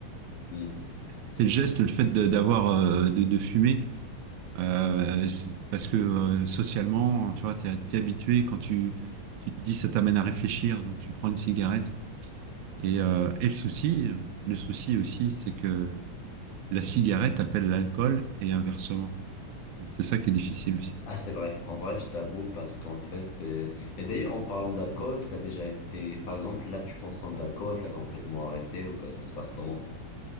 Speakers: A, on the left (about 75°); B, on the right (about 75°).
A: Hmm.
B: C'est le geste, le fait de- d'avoir, euh, de, de fumer. Euh, c'est- parce que euh, socialement, tu vois, t'es t'es habitué quand tu, tu te dis ça t'amène à réfléchir, donc tu prends une cigarette. Et, euh, et le souci, le souci aussi, c'est que la cigarette appelle l'alcool et inversement. Donc c'est ça qui est difficile aussi.
A: Ah, c'est vrai. En vrai, je t'avoue parce qu'en fait, euh, et d'ailleurs, en parlant d'alcool, t'as déjà été, par exemple, là, tu consommes de l'alcool, t'as complètement arrêté ou que ça se passe comment?